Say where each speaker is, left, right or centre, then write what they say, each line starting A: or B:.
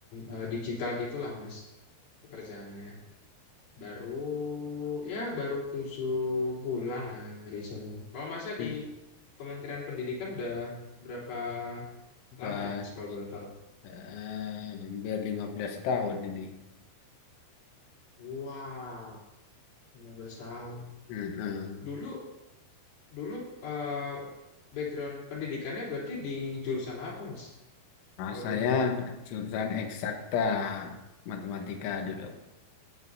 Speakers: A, on the left (about 55°); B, on the left (about 85°).
A: eh, digital gitulah Mas pekerjaannya. Baru ya baru tujuh bulan lah di sini. Kalau Masnya
B: hmm,
A: di Kementerian Pendidikan udah berapa
B: ke
A: lama nih Mas kalau boleh tahu?
B: Eh, hampir 15 tahun ini.
A: Wow, 15 tahun.
B: Heeh.
A: Dulu dulu eh, background pendidikannya berarti di jurusan apa, Mas?
B: Nah,
A: Kalau
B: saya
A: boleh tahu.
B: jurusan eksakta matematika dulu.